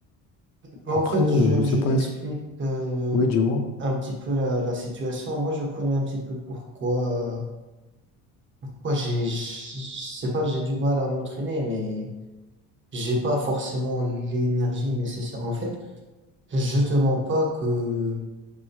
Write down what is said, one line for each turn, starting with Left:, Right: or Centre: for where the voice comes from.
Right: En
Left: Après,
Right: fait,
Left: euh,
Right: je,
Left: je sais
Right: je
Left: pas,
Right: t'explique.
Left: est-ce...
Right: euh,
Left: Oui, dis-moi.
Right: un petit peu la, la situation. Moi, je connais un petit peu pourquoi, euh, pourquoi j'ai, je sais pas, j'ai du mal à m'entraîner, mais j'ai pas forcément l'énergie nécessaire. En fait, je te mens pas que